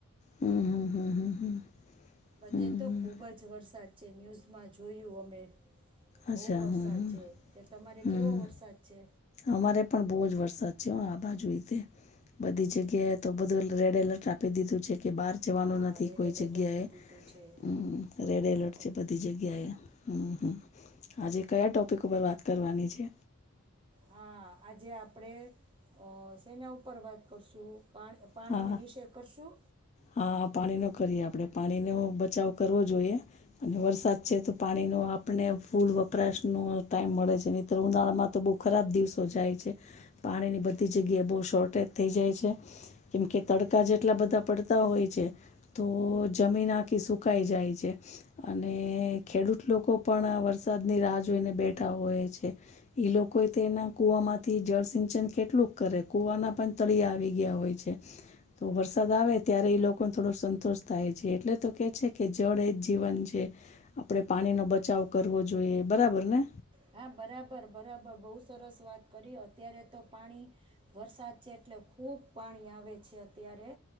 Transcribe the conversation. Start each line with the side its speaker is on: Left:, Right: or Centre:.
Left: હમ હમ હમ હમ હમ.
Right: બધે
Left: હમ
Right: તો
Left: હમ
Right: ખૂબ જ વરસાદ છે ન્યૂઝમાં જોયું અમે
Left: અચ્છા
Right: બહુ વરસાદ
Left: હમ હમ
Right: છે ત્યા તમારે
Left: હમ
Right: કેવો વરસાદ છે.
Left: અમારે પણ બહુજ વરસાદ છે આ બાજુતે. બધી જગ્યાએ તો બધું રેડ એલર્ટ આપી દીધું છે કે બહાર જવાનું
Right: હા
Left: નથી.
Right: રેડ
Left: તે કોઈ
Right: એલર્ટ
Left: જગ્યાએ
Right: આપી દીધું છે
Left: હમ રેડ એલર્ટ
Right: અમ,
Left: છે બધી જગ્યાએ. હમ હમ આજે કયા ટોપિક ઉપર વાત કરવાની છે.
Right: હા આજે આપણેે અ સેના ઉપર વાત કરશું પા. પાણીને
Left: હા
Right: વિષે કરશું.
Left: હા પાણી નો કરીએ આપણેે પાણીનો બચાવ કરવો જોઈએ. વરસાદ છે તો પાણી નુ આપ. આપને ફૂલ વપરાશનો ટાઈમ મળે છે ન તોર ઉનાળામાં તો બહુ ખરાબ દિવસો જાય છે. પાણીની બધી જગ્યાએ બહુ શોર્ટેજ થઈ જાય છે. કેમ કે તડકા જેટલા બધા પડતા હોય છે. તો જમીન આખી સુકાઈ જાય છે. અને ખેડૂત લોકો પણ વરસાદની રાહ જોઈને બેઠા હોય છે. લોકો તો એના કુવામાંથી જળ સિંચન કેટલુંક કરે કુવાના પણ તળિયા આવી ગયા હોય છે. તો વરસાદ આવે ત્યારે એ લોકોને થોડોક સંતોષ થાય છે એટલે તો કે છે કે જળ એ જ જીવન છે. આપડણે પાણી નો બચાવ કરવો જોઈએ બરાબર ને.
Right: હા બરાબર બરાબર બહુ સરસ વાત કરી અત્યારે તો પાણી વરસાદ છે એટલે ખૂબ પાણી આવે છે અત્યારે